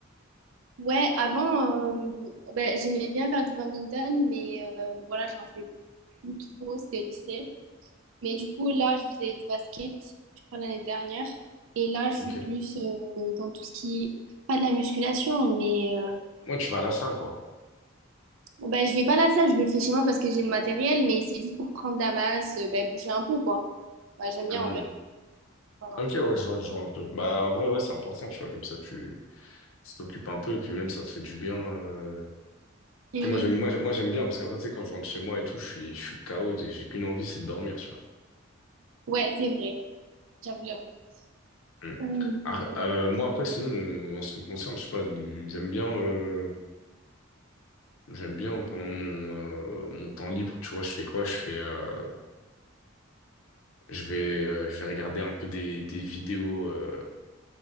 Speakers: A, on the right; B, on the left.
A: Ouais, avant, euh, bah, j'aimais bien faire du badminton, mais euh, voilà, j'en fais plus trop, c'était au lycée. Mais du coup, là, je faisais du basket, je crois, l'année dernière. Et là, je suis
B: Ok.
A: plus euh, dans tout ce qui est, pas de la musculation, mais euh,
B: Moi, tu vas à la salle, quoi.
A: bah, je vais pas à la salle, je le fais chez moi parce que j'ai le matériel, mais c'est juste pour prendre la masse, euh, bah, bouger un peu, quoi. Bah, j'aime bien
B: Hmm.
A: en vrai. Voilà.
B: Ok, ouais, je vois, je vois un peu. Bah, en vrai, ouais, c'est important, tu vois, comme ça, tu tu t'occupes un peu, puis même, ça te fait du bien. euh.
A: Et-
B: Moi, j'aime, moi, j'aime moi, j'aime bien, parce qu'après, tu sais, quand je rentre chez moi et tout, je suis, je suis KO, et j'ai j'ai qu'une envie, c'est de dormir, tu vois.
A: Ouais, c'est vrai. J'avoue, j'avoue.
B: Hmm.
A: Euh,
B: Ah,
A: ouais.
B: euh, moi, après, sinon, euh, en ce qui me concerne, je sais pas, j'aime bien, euh, j'aime bien pendant mon, euh, mon temps libre, tu vois, je fais quoi? Je fais, euh, Je vais, euh, je vais regarder un peu des, des vidéos, euh,